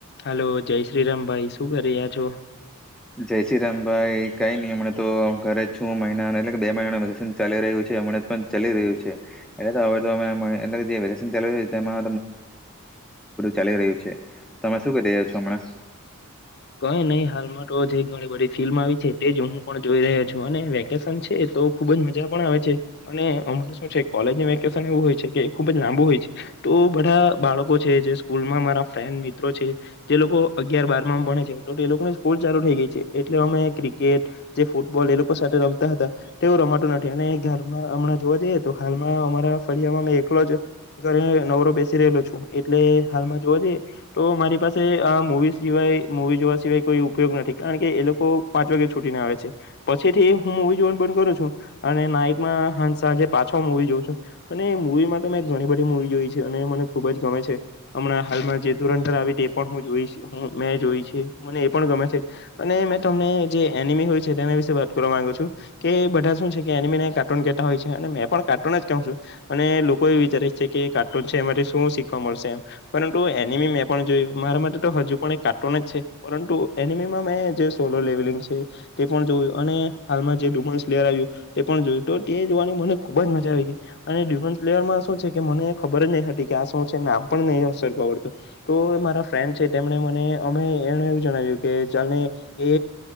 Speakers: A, on the left (about 50°); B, in the centre.
A: Hello જય શ્રીરામ ભાઈ શું કરી રહ્યા છો.
B: જય શ્રીરામ ભાઈ કઈ નહી હમણા તો ઘરે છ મહિના એટલે બે મહિનાનું વેકેશન ચાલી રહ્યું છે હમણાં ચાલી રહ્યું છે એટ હવે્યુંવી સઝ બધું ચાલી રહ્યું છે તમે શું કરી રહ્યા છોમણાં.
A: કઈ નહી હાલમાં તો જે ઘણી બ ફિલ્મ આવી છે તે જ હું પણ જોઈ રહ્યો છું અને વેકેશન છે તો ખુબ જ મજા પણ આવે છે અને અમારે શું છે કોલેજ વેકેશન એવું હોય છે કે ખુબ જ લાંબુ હોય છે તો બધા બાળકો છે જે સ્કૂલમાં મારા ફ્રેન્ડ મિત્રો છે જે લોકો અગિયાર બાર માં ભણે લોકોની સ્કૂલ ચાલુ થઈ ગઈ છે એટલે અમે ક્રિકેટ જે ફૂટબોલ એ લોકો સાથે રમતા હતા તેવું રમાતું નથી અને ઘરમાં હમણાં જોવા જઈએ તો હાલમાં અમારા ફળિયામાં મે એકલો જ ઘરે નવરો બેસી રહેલો છું એટલે હાલમાં જોવા જઈએ તો મારી પાસે આ મુવી સિવાય. મવી જોવા સિવાય કોઈ ઉપયોગ નથી કારણ કે એ લોકો પાંચ વાગે છૂટીને આવે છે પછીથી હું મવી જોવાન પણ કરું છું અને નાઈટમાં હ સાંજે પાછો મવી જોઉં છું અને મવી માટે મેં ઘણી બધી મુૂવી જોઈ છે અને મને ખૂબ જ ગમે છે હમણાં હાલમાં જે ધૂરંધર આવી તે પણ હું જોઈશ હું મેં જોઈશ. મને એ પણ ગમે છે અને મેં તમને જે એનિમી હોય છે તેના વિશે વાત કરવા માંગુ છું કે બધા શું છે કે એનિમીને કાર્ટૂન કેતા હોય છે અને મેં પણ કાર્ટૂન જ કહઉ છું અને લોકો એ વિચારી છે કે કાર્ટૂન છે એમાંથી શું શીખવા મળશે એમ પરંતુ એનિમી મેં પણ જોયું મારા માટે તો હજુ પણ કાર્ટૂન જ. પરુ એનિમીમાં મેં જે સોલો લેવલિંગ છે તે પણ જોયું અને હાલમાં જે ડુમન્સ પ્લેયર આવ્યું તે પણ જોયું તો તે જોવાની મને ખુબ જ મજા આવી ગઈ અને ડુમન્સ પ્લેયરમાં શું છે કે મને ખબર જ નહી હતી કે આ શું છે નામ પણ નહીં સરર આવડતું તો મારા ફ્રેન્ડ છે તેમણે મને અમે એને એવું જણાવ્યું કે ચાલ ને એ